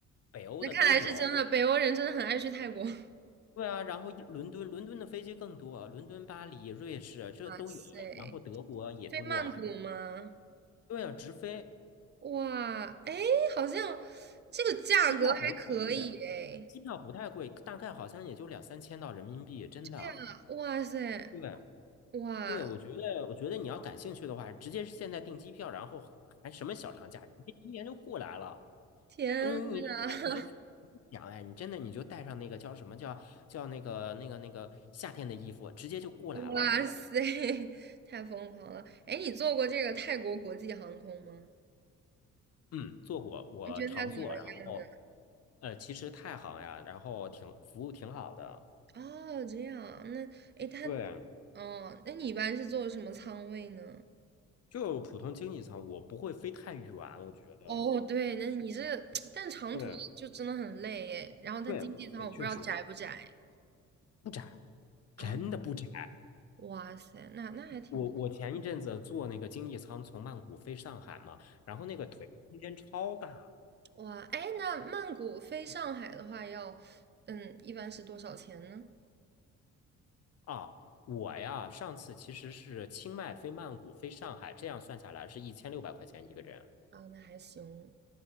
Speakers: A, on the left (about 55°); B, on the right (about 35°).
A: 北欧的都有。
B: 那看来是真的，北欧人真的很爱去泰国。哇
A: 对啊，然后一伦敦，伦敦的飞机更多，伦敦、巴黎、瑞士这都有，
B: 塞，
A: 然后德国也多。
B: 飞曼谷吗？
A: 对啊，直飞，
B: 哇，哎，好像这个价格还可以哎。
A: 机票不太贵，机票不太贵，大概好像也就两三千到人民币，真的。
B: 对啊，哇塞，
A: 对，
B: 哇，
A: 对，我觉得，我觉得你要感兴趣的话，直接现在订机票，然后还什么小长假，直接明年就过来了。
B: 天呐，
A: 嗯，你就带你就想，哎，你真的你就带上那个叫什么叫叫那个那个那个夏天的衣服，直接就过来了哦。
B: <laughs> 哇塞，太疯狂了！哎，你坐过这个泰国国际航空吗？
A: 嗯，做过，我常做，
B: 你觉得它怎么样呢？
A: 然后呃，其实太行呀，然后挺服务挺好的。
B: 哦，这样，那诶，他，
A: 对，
B: 哦，那你一般是坐什么仓位呢？
A: 就普通经济舱，我不会飞太远，我觉得。
B: 哦，对，那你这 <tsk> 但长途就真的很累诶。
A: 对
B: 然后他经济舱我不知道窄不窄
A: 对，也确实不窄，
B: 啊？
A: 真的不窄。
B: 哇塞，那那还挺不错
A: 我我前一阵子坐那个经济舱从曼谷飞上海嘛，然后那个腿空间超大
B: 嗯，哇，诶，那曼谷飞上海的话要，嗯，一般是多少钱呢？
A: 啊！我呀，上次其实是清迈飞曼谷飞上海，这样算下来是一千六百块钱一个人，
B: 啊，那还行，